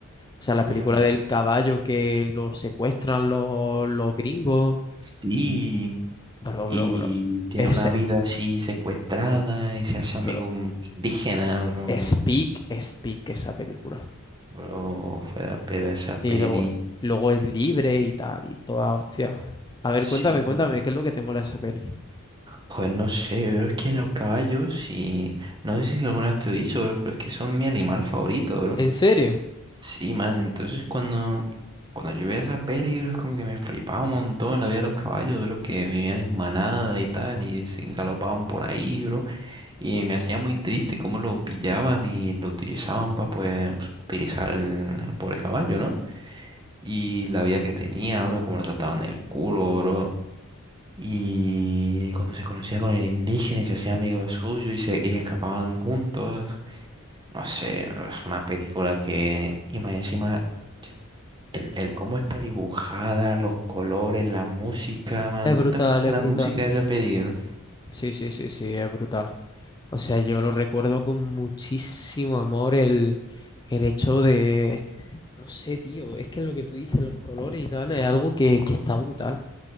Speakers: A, on the left; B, on the right.
A: sea, la
B: Bro.
A: película del caballo que lo secuestran los, los gringos.
B: Sí.
A: Bro,
B: Y
A: bro, bro.
B: tiene
A: Ese,
B: una vida así secuestrada y se hace
A: bro.
B: amigo un indígena, bro.
A: Speak, Speak, esa película.
B: Bro, fuera, pero esa peli.
A: Y luego, luego es libre y tal, y toda la hostia. A ver,
B: Sí.
A: cuéntame, cuéntame, ¿qué es lo que te mola de esa peli?
B: Pues no sé, pero es que los caballos y no sé si alguna vez te lo he dicho, bro, pero es que son mi animal favorito, bro.
A: ¿En serio?
B: Sí, man, entonces cuando, cuando yo veía esa peli, bro, es como que me flipaba un montón la vida de los caballos, bro, que vivían en manada y tal, y se galopaban por ahí, bro, y me hacía muy triste cómo lo pillaban y lo utilizaban para, pues, us- utilizar el, el pobre caballo, ¿no? Y la vida que tenía, bro, cómo lo trataban el culo, bro. Y cuando se conocía con el indígena y se hacía amigo suyo y, se, y escapaban juntos, no sé, bro, es una película que, y más encima, el, el cómo está dibujada, los colores, la música, man,
A: Es brutal,
B: ¿tú te acuerdas de
A: es
B: la
A: brutal.
B: música de esa peli? bro?
A: Sí, sí, sí, sí, es brutal. O sea, yo lo recuerdo con muchísimo amor el, el hecho de, no sé, tío, es que lo que tú dices, los colores y tal, es algo que, que está brutal.